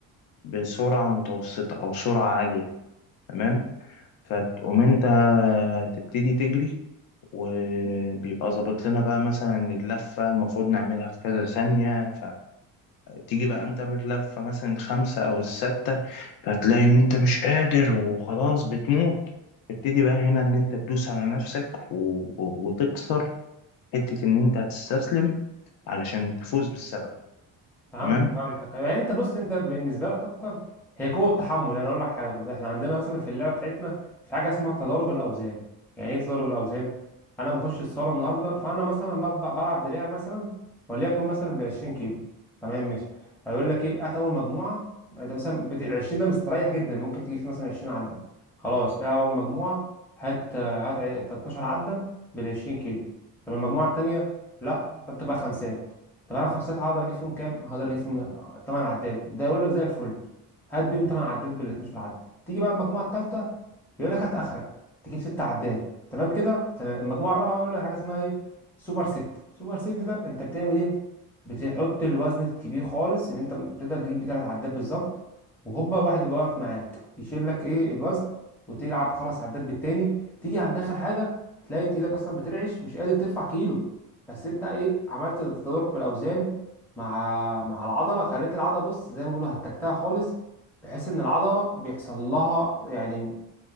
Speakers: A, on the left; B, in the centre.
A: بسرعه متوسطه او سرعه عاليه تمام فتقوم انت تبتدي تجري وبيبقى ظابط لنا بقى مثلا اللفة المفروض نعملها في كذا ثانية تيجي بقى انت بتلف مثلا الخمسة او الستة فتلاقي ان انت مش قادر وخلاص بتموت تبتدي بقى هنا ان انت تدوس على نفسك و... و... وتكسر حتة ان انت هتستسلم علشان تفوز بالسبب
B: فهمتك
A: تمام
B: فهمتك يعني انت بص انت بالنسبه لك اكتر هي قوه التحمل يعني اقول لك حاجه برضه احنا عندنا مثلا في اللعبه بتاعتنا في حاجه اسمها تدرج الاوزان يعني ايه تدرج الاوزان انا بخش الصاله النهارده فانا مثلا بل- بل- بلعب دراع مثلا وليكن مثلا ب 20 كيلو تمام ماشي فيقول لك ايه هات اول مجموعه انت مثلا بت... ال 20 ده مستريح جدا ممكن تجيب فيه مثلا 20 عده خلاص العب اول مجموعه هات هات 12 عده بال 20 كيلو طب المجموعه التانيه لا فتبقى خمسات طب انا خمسات هقدر اجيب فيهم كام هقدر اجيب فيهم 8 عداد ده يقول لك زي الفل هات بيهم 8 عداد بال 12 عداد تيجي بقى المجموعه الثالثه يقول لك هات اخرك تجيب 6 عداد تمام كده تمام المجموعه الرابعه بيقول لك حاجه اسمها ايه سوبر ست سوبر ست ده انت بتعمل ايه بتحط الوزن الكبير خالص اللي انت بتقدر تجيب بيه 3 عداد بالظبط وهوبا واحد يبقى واقف معاك يشيل لك ايه الوزن وتلعب خمس عداد بالتاني تيجي عند اخر حاجه تلاقي انت ايدك اصلا بترعش مش قادر ترفع كيلو بس انت ايه عملت تدرج في الاوزان مع مع العضله خليت العضله بص زي ما بيقولوا هتكتها خالص بحيث ان العضله بيحصل لها يعني